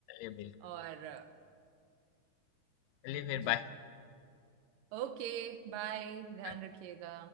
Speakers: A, on the left; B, on the right.
A: बिल्कुल
B: और
A: बिल्कुल।
B: अ,
A: चलिए फिर
B: जी
A: बाय
B: ओके बाय ध्यान
A: बाय।
B: रखिएगा